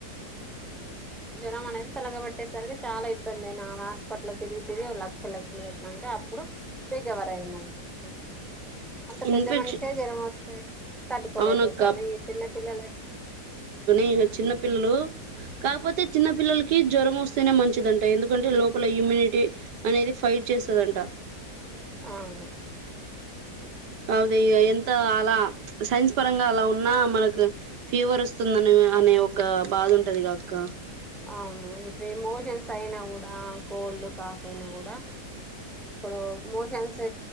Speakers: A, in the centre; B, on the right.
A: జ్వరం అనేది తలగబట్టేసరికి చాలా ఇబ్బంది అయినా హాస్పిటల్ తిరిగి తిరిగి లక్షల లక్షలు పెట్టిన అప్పుడు రికవరు అయినాడు మనిషి అంత
B: ఇన్ఫెక్షన్
A: పెద్ద మనిషే జ్వరం వస్తే తట్టుకోలేకపోతాండు.
B: అవునక్క
A: ఈ చిన్నపిల్లలు ఎట్లా
B: ఈ చిన్న పిల్లలు కాకపోతే చిన్న పిల్లలకి జ్వరం వస్తే మంచిదింట ఎందుకంటే లోపల ఇమ్యూనిటీ అనేది ఫైట్ చేస్తుందంట.
A: అవును
B: అవును ఎంత అలా సైన్స్ పరంగా అలా ఉన్నా మనకు ఫీవర్ వస్తుందని అనే ఒక బాధ ఉంటదిగాక్క
A: అవును ఇప్పుడు మోషన్స్ అయినా కూడా కోల్డ్ కాఫ్ అయినా కూడా ఇప్పుడు మోషన్స్